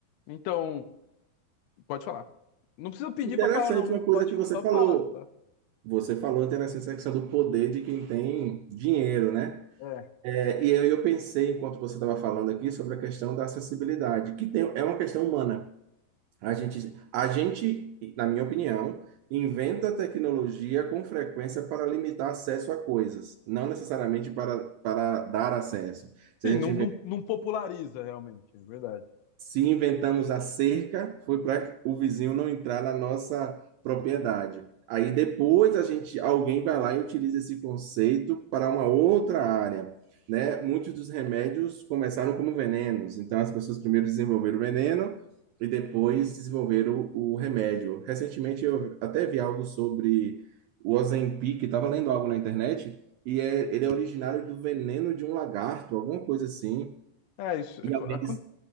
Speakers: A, on the left; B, on the right.
A: Então, pode falar. Não precisa pedir
B: Interessante
A: para falar, não, viu?
B: uma coisa
A: Pode
B: que você
A: só
B: falou.
A: falar, tá?
B: Você falou é interessante essa questão do poder de quem tem dinheiro, né?
A: É.
B: É, e aí eu pensei, enquanto você estava falando aqui, sobre a questão da acessibilidade, que tem, é uma questão humana. A gente, a gente, na minha opinião, inventa tecnologia com frequência para limitar acesso a coisas, não necessariamente para, para dar acesso. Se
A: Sim,
B: a gente
A: não, não, não populariza realmente, é verdade.
B: se inventamos a cerca, foi para o vizinho não entrar na nossa propriedade. Aí depois a gente, alguém vai lá e utiliza esse conceito para uma outra área, né? Muitos dos remédios começaram como venenos, então as pessoas primeiro desenvolveram o veneno e depois desenvolveram o, o remédio. Recentemente eu até vi algo sobre o Ozempic, estava lendo algo na internet e é, ele é originário do veneno de um lagarto, alguma coisa assim.
A: É, isso
B: E
A: aco-
B: alguém,
A: acon-